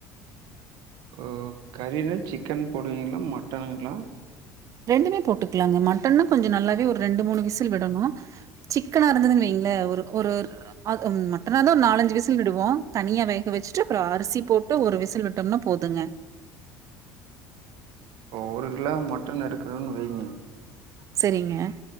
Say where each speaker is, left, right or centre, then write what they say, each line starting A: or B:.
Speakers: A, on the right; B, on the right.
A: உ கறினா சிக்கன் போடுவீங்ளா மட்டனுங்ளா
B: ரெண்டுமே போட்டுக்லாங்க மட்டன்னு கொஞ்சு நல்லாவே ஒர் ரெண்டு மூணு விசில் விடணு சிக்கனா இருந்ததுன் வெய்ங்ளே ஒரு ஒருர் அது ம் மட்டனாந்தா ஒரு நாலஞ்சு விசில் விடுவோ தனியா வேக வெச்சிட்டு அப்பறோ அரிசி போட்டு ஒரு விசில் விட்டம்னா போதுங்க
A: இப்போ ஒரு கிலா மட்டன் எடுக்கறன்னு வெய்ங்க
B: செரிங்க